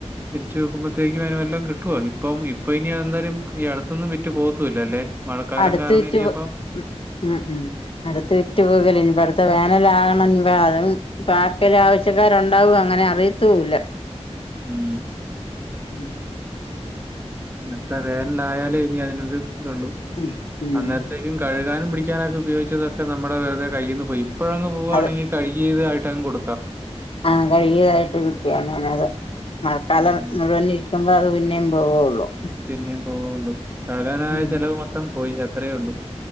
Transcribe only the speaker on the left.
അടുത്ത്
വിറ്റ്
ഉം ഉം അടുത്ത് വിറ്റ് പോകുല ഇനിപ്പ അടുത്ത വേനലാ വാ <unintelligible> പാർക്കൽ ആവശ്യക്കാരു ണ്ടാവും അങ്ങനെ അറിയത്തൂല്ല
ഉ
ഉം ഉം
അത്
ആഹ് കഴികിയതായിട്ട് <unintelligible> അത് മഴക്കാലം
മുഴുവൻ ഇരിക്കുമ്പോ അത് പി ന്നെം പൊവൊള്ളൂ
ഉം